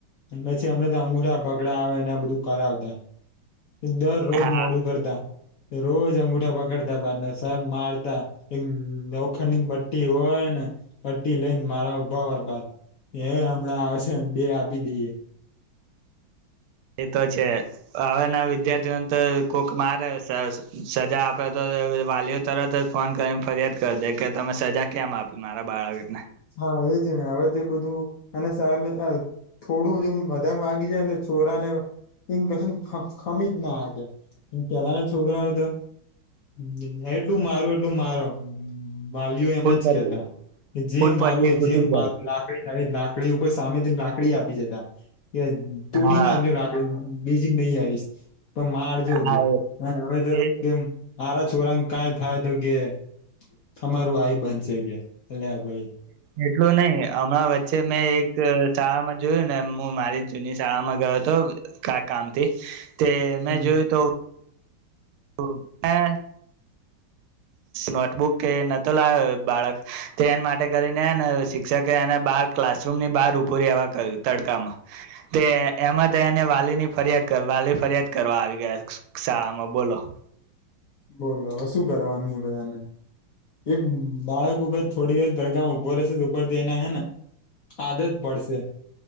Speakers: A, on the left; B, on the right.
A: અને પ પછી અમને તો અંગૂઠા પકડાવે ને એ બધું કરાવતા દરરોજ
B: હા
A: મોડું કરતા રોજ અંગુઠા પકડતા બાર ને સાહેબ મારતા એક લોખંડ પટ્ટી હોય ને પટ્ટી લઈને મારવા ઊભા હોય બાર એ હમણાં આવશે બે આપી દઈએ
B: એ તો છે હવેના વિદ્યાર્થીઓને તો કોક મારે સજા આપે તો વાલીઓ તરત જ ફોન કરીને ફરિયાદ કરી દે કે તમે સજા કેમ આપી મારા બાળકને
A: હા એજ ને હવે તે બધું અને સા થોડું જેમ વધારે વાગી જાય છોરા ને એ કશ ખમી જ નાે પેલાના છોકરા બધા એટલું મારું એટલું મારો વાલીઓ એમ
B: ફૂટ
A: જ
B: પટ્ટી
A: કેતા જે
B: ફૂટ પરથી
A: મારું
B: તૂટી
A: જેમ
B: જાય
A: મારું લાકડી લ લાકડી સામેથી લકડી આપી જતા એ તોડી
B: હા
A: નાખજ લાગે બેજિંગ નહી આવીશ પણ માર જો
B: હા
A: કે અને હવે તો
B: એ
A: કેમ મારા છોકરાન કઈ થાય તો કે તમારું આઈ બનશે કે એટલે અલ્યા ભાઈ
B: એટલું નય હમણાં વચ્ચે મેં એક શાળામાં જોયું ને હું મારી જૂની શાળામાં ગયો હતો ક કામથી તે મેં
A: હમ
B: જોયું તો તો હા નોટબુક કે નતો લાવ્યો બાળક તે એને માટે કરીનેને શિક્ષકે એને બાર ક્લાસરૂમ ની બહાર ઉભૂ આવવા ક્યું તડકામાં તે એમાં એને વાલીની ફરિયાદ વાલી ફરિયાદ કરવા આવી ગયા શાળામાં બોલો
A: બોલો હવે શું કરવાનું એ બધાને એક બાળક થોડી વાર તડકામાં ઊભો રહેશે ઉપરથી એના હે ને આદત પડશે